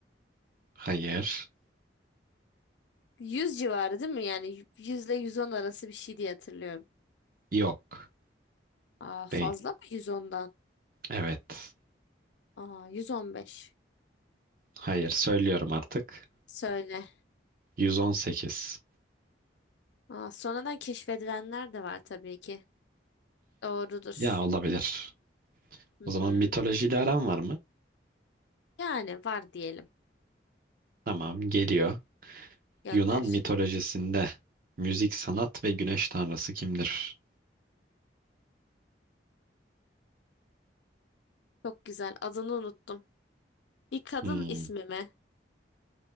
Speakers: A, on the right (about 50°); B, on the left (about 75°).
A: hayır,
B: Yüz civarı değil mi? Yani 100 ile 110 arası bir şey diye hatırlıyorum.
A: yok.
B: Aa, fazla
A: Değil.
B: mı 110'dan?
A: Evet.
B: Aa, 115.
A: Hayır, söylüyorum artık.
B: Söyle.
A: 118.
B: Aa, sonradan keşfedilenler de var tabii ki. Doğrudur.
A: Ya olabilir.
B: Hı
A: O zaman
B: hı.
A: mitolojiyle aran var mı?
B: Yani var diyelim.
A: Tamam, geliyor.
B: Gönder.
A: Yunan mitolojisinde müzik, sanat ve güneş tanrısı kimdir?
B: Çok güzel. Adını unuttum. Bir kadın
A: Hmm,
B: ismi mi?